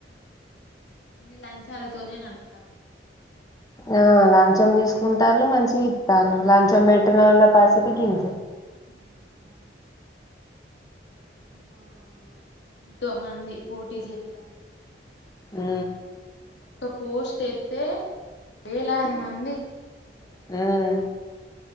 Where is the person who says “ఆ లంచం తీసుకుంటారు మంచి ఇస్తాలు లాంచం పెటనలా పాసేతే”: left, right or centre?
Left